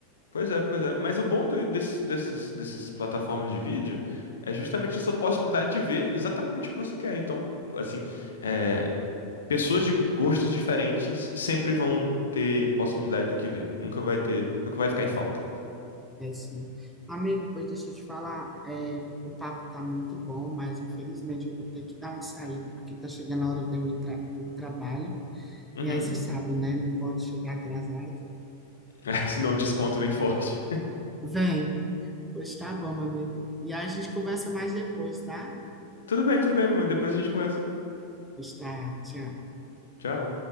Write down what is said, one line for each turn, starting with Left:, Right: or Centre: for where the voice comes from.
Left: Pois é, pois é. Mas o bom do, desses, desses, dessas plataformas de vídeo é justamente essa possibilidade de ver exatamente o que você quer. Então, assim, é, pessoas de gostos diferentes sempre vão ter possibilidade do que ver. Nunca vai ter, nunca vai ficar em falta.
Centre: É sim. Amigo, pois deixa eu te falar, é, o papo tá muito bom, mas infelizmente eu vou ter que dar uma saída, porque tá chegando a hora de eu ir para o trabalho.
Left: Uhum.
Centre: E aí você sabe, né? Não pode chegar atrasado.
Left: <laughs> Senão o desconto vem forte.
Centre: Vem, pois tá bom, meu amigo. E aí a gente conversa mais depois, tá?
Left: Tudo bem, tudo bem, mas depois a gente conversa.
Centre: Pois tá, tchau.
Left: Tchau.